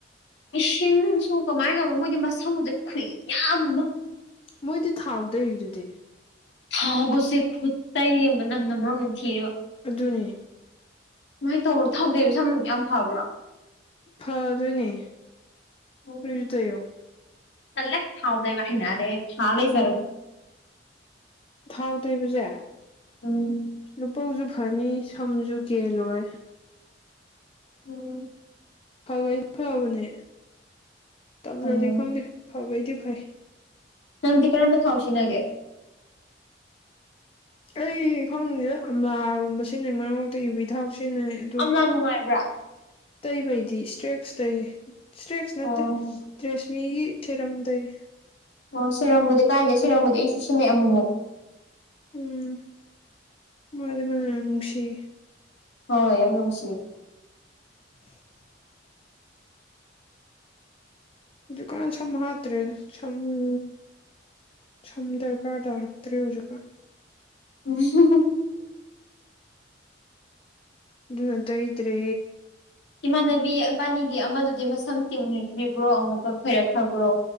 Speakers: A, on the left; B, on the left.
A: ꯏꯁꯤꯡ ꯅꯨꯡꯁꯨ ꯀꯃꯥꯏꯅ ꯇꯧꯕ ꯃꯣꯏꯒꯤ ꯃꯁꯝꯒꯗꯤ ꯈꯨꯌꯥꯝ ꯑꯃ
B: ꯃꯣꯏꯗꯤ ꯊꯥꯎꯗꯩꯔꯤꯗꯨꯗꯤ
A: ꯊꯥꯎꯒꯁꯦ ꯈꯨꯠꯇꯩ ꯑꯃ ꯃꯅꯝꯅ ꯃꯔꯣꯜ ꯅꯃ ꯅꯝꯊꯤꯔꯤꯕ
B: ꯑꯗꯨꯅꯤ
A: ꯁꯨꯃꯥꯏꯅ ꯇꯧꯕ ꯊꯥꯎ ꯇꯩꯕꯁꯤ ꯁꯝ ꯌꯥꯝ ꯐꯕ꯭ꯔꯥ
B: ꯐꯇꯣꯏꯅꯦ
A: ꯎꯝ
B: ꯑꯗꯨꯅ ꯇꯩꯌꯣ
A: ꯇꯜꯂꯦ ꯊꯥꯎ ꯇꯩꯕ ꯍꯩꯅꯗꯦ ꯑꯩ ꯊꯥꯔꯒ ꯂꯩꯖꯔꯒꯦ
B: ꯊꯥꯎ ꯇꯩꯕꯁꯦ
A: ꯎꯝ
B: ꯂꯨꯄꯧꯁꯨ ꯐꯅꯤ ꯁꯝꯁꯨ ꯀꯦꯜꯂꯣꯏ
A: ꯎꯝ
B: ꯐꯕꯗꯤ ꯐꯕꯅꯦ ꯇꯠꯂꯗꯤ
A: ꯑꯣ
B: ꯈꯪꯗꯦ ꯐꯕꯩꯗꯤ ꯐꯩ
A: ꯅꯪꯗꯤ ꯀꯔꯝꯕ ꯊꯥꯎ ꯁꯤꯟꯅꯒꯦ
B: ꯑꯩ ꯈꯪꯗꯦꯗ ꯑꯝꯂꯥꯒꯨꯝꯕ ꯁꯤꯖꯤꯟꯅꯩ ꯃꯔꯛ ꯃꯔꯛꯇ ꯌꯨꯕꯤ ꯊꯥꯎ ꯁꯤꯖꯤꯟꯅꯩ ꯑꯗꯣ
A: ꯑꯝꯂꯥ ꯅꯨꯡꯉꯥꯏꯕ꯭ꯔꯥ
B: ꯇꯩꯕꯩꯗꯤ ꯏꯁꯇ꯭ꯔꯦꯛꯁ ꯇꯩꯌꯦ ꯏꯁꯇ꯭ꯔꯦꯛꯁ ꯅꯠꯇꯦ
A: ꯑꯣ
B: ꯇꯔꯦꯁꯃꯤꯒꯤ ꯊꯔ꯭ꯦꯀꯝ ꯇꯩꯌꯦ
A: ꯑꯣ ꯁꯦꯔꯝꯕꯨꯗꯤ ꯀꯥꯏꯗꯦ ꯁꯦꯔꯝꯕꯨꯗꯤ ꯑꯩꯁꯨ ꯁꯤꯖꯟꯅꯩꯑꯦ ꯑꯃꯨꯛꯃꯨꯛ
B: ꯎꯝ ꯃꯥꯗꯤ ꯃꯅꯝ ꯌꯥꯝ ꯅꯨꯡꯁꯤꯌꯦ
A: ꯍꯣꯏ ꯌꯥꯝ ꯅꯨꯡꯁꯤꯌꯦ
B: <unintelligible> ꯍꯧꯖꯤꯛꯀꯥꯟ ꯁꯝ ꯍꯥꯠꯇ꯭ꯔꯦꯗ ꯁꯝꯕꯨ ꯁꯝ ꯗꯔꯀꯥꯔ ꯇꯥꯔꯛꯇ꯭ꯔꯦ ꯍꯧꯖꯤꯛꯀꯥꯟ
A: ꯎ
B: ꯑꯗꯨꯅ ꯇꯩꯇ꯭ꯔꯦ
A: ꯏꯃꯥꯟꯅꯕꯤ ꯏꯕꯥꯅꯤꯒꯤ ꯑꯃꯗꯨꯗꯤ ꯃꯁꯝ ꯇꯤꯡꯅꯤꯡꯈ꯭ꯔꯤꯕ꯭ꯔꯣ ꯑꯃꯨꯛꯀ ꯈꯣꯏꯔꯛꯈ꯭ꯔꯕ꯭ꯔꯣ